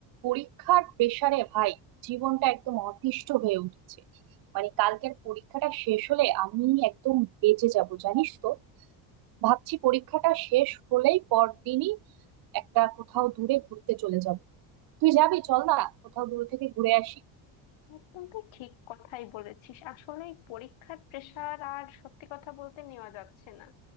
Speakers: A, on the right; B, on the left.
A: পরীক্ষার প্রেসারে ভাই জীবনটা একদম অতিষ্ঠ হয়ে উঠেছে মানে কালকের পরীক্ষাটা শেষ হলে আমি একদম বেঁচে যাব জানিস তো ভাবছি পরীক্ষাটা শেষ হলেই পরদিনই একটা কোথাও দূরে ঘুরতে চলে যাব তুই যাবি চল না কোথাও দূর থেকে ঘুরে আসি
B: একদম তুই ঠিক কথাই বলেছিস আসলে এই পরীক্ষার প্রেশার আর সত্যি কথা বলতে নেওয়া যাচ্ছে না